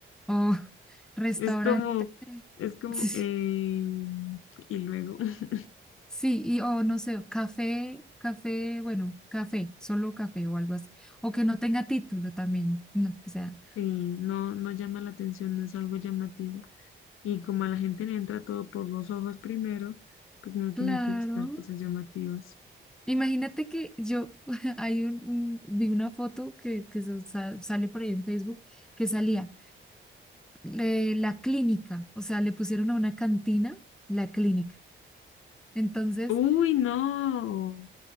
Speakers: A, in the centre; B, on the left.
A: o <laughs> restaurante,
B: Es como, es como,
A: <laughs>
B: eh, y luego, <laughs>
A: sí, y o no sé, café, café, bueno, café, solo café o algo así. O que no tenga título también, no, o sea.
B: sí, no, no llama la atención, no es algo llamativo. Y como a la gente le entra todo por los ojos primero, pues no tiene
A: Claro.
B: que buscar cosas llamativas.
A: Imagínate que yo <laughs> hay un, un- vi una foto que, que se sa- sale por ahí en Facebook que salía eh, la clínica, o sea, le pusieron a una cantina la clínica. Entonces,
B: Uy, no.